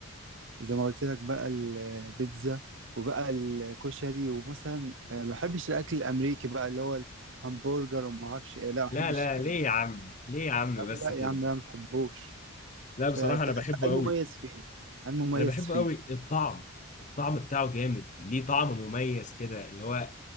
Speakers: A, on the right; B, on the left.
A: زي ما قلت لك بقى البيتزا وبقى الكشري ومثلا آه، ما بحبش الاكل الامريكي بقى اللي هو الهمبرجر وما اعرفش ايه لا ما
B: لا
A: بحبش
B: لا
A: الكلام
B: ليه
A: ده.
B: يا عم ليه يا عم
A: يا عم
B: بس
A: لا يا
B: كده
A: عم لا ما بحبوش
B: لا بصراحة
A: ت- ت-
B: أنا بحبه
A: المميز
B: قوي
A: فيه المميز
B: أنا بحبه
A: فيه
B: قوي الطعم الطعم بتاعه جامد ليه طعم مميز كده اللي هو